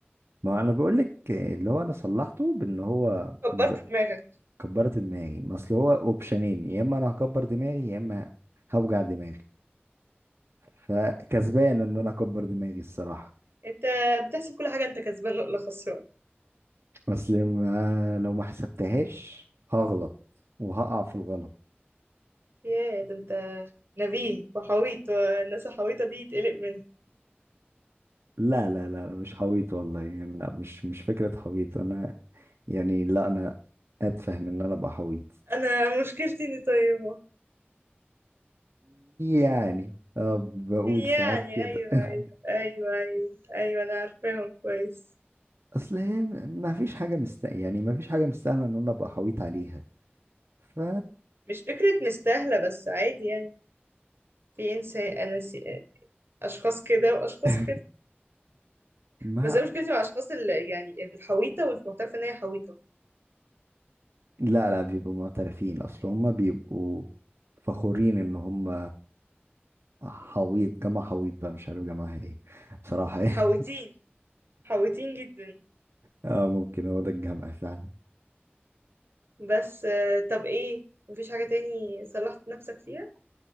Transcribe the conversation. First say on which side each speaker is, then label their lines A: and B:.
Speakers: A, on the right; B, on the right.
A: ما انا بقول لك اللي هو انا صلحته بان هو
B: كبرت
A: ما بق-
B: دماغك
A: كبرت دماغي ما اصل هو اوبشنين يا اما انا هكبر دماغي يا اما هوجع دماغي فكسبان ان انا اكبر دماغي الصراحة
B: انت بتحسب كل حاجة انت كسبان ولا خسران
A: اصل ما لو ما حسبتهاش هغلط وهقع في الغلط
B: ياه ده انت نبيه وحويط والناس الحويطة دي يتقلق منها
A: لا لا لا مش حويط والله يعني لا مش مش فكرة حويط انا يعني لا انا اتفهم ان انا ابقى حويط
B: انا مشكلتي اني طيبة
A: يعني اه بقول
B: يعني
A: ساعات كده
B: ايوه
A: <laughs>
B: ايوه ايوه ايوه ايوه انا عارفاهم كويس
A: اصل هي م- ما فيش حاجة مست يعني ما فيش حاجة مستاهلة ان انا ابقى حويط عليها ف
B: مش فكرة مستاهلة بس عادي يعني في انسان انا سي... اشخاص كده واشخاص
A: <laughs>
B: كده
A: ما
B: بس انا مشكلتي مع اشخاص اللي يعني الحويطة ومش معترفة ان هي حويطة
A: لا لا بيبقوا معترفين اصل هم بيبقوا فخورين ان هم حويط جامعة حويط بقى مش عارف جامعة ايه بصراحة <laughs> يعني
B: حويتين حويتين جدا
A: اه ممكن هو ده الجمع فعلا
B: بس آه، طب ايه مفيش حاجة تاني صلحت نفسك فيها